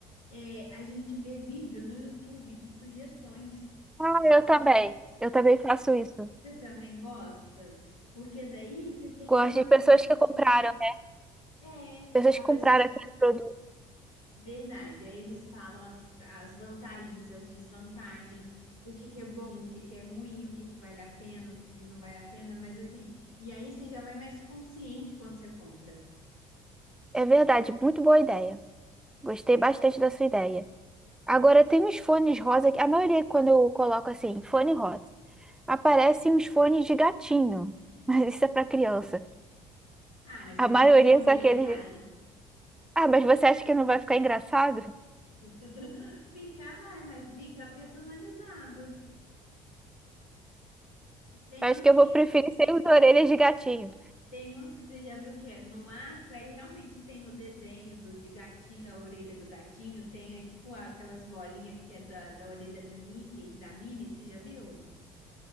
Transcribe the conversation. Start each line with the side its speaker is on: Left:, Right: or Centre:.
Left: É, a gente vê vídeo no YouTube de sugestões,
Centre: Ah,
Left: por exemplo.
Centre: eu também. Eu também faço isso.
Left: Você também gosta? Porque daí você tem
Centre: Gosto
Left: uma
Centre: de
Left: garantia.
Centre: pessoas que compraram, né?
Left: É,
Centre: Pessoas
Left: a
Centre: que
Left: pessoa...
Centre: compraram aquele produto.
Left: Verdade, aí eles falam as, as vantagens, as desvantagens, o que que é bom, o que que é ruim, o que que vale a pena, o que que não vale a pena, mas assim, e aí você já vai mais consciente quando você compra.
Centre: É verdade, muito boa ideia. Gostei bastante da sua ideia. Agora, tem uns fones rosa que a maioria, quando eu coloco assim, fone rosa, aparecem uns fones de gatinho. <laughs> Mas isso é para criança.
Left: Ah, mas tem
Centre: A maioria
Left: uns que são
Centre: são
Left: bem
Centre: aqueles.
Left: legais.
Centre: Ah, mas você acha que não vai ficar engraçado?
Left: <laughs> Fica, vai, mas fica personalizado. Tem
Centre: Acho
Left: os
Centre: que
Left: que
Centre: eu vou preferir sem as orelhas de gatinho.
Left: Tem uns que você já viu que é no arco, aí realmente tem o desenho do de gatinho, a orelha do gatinho, tem é, tipo aquelas bolinhas que é da, da orelha do Mickey, da Minnie, você já viu?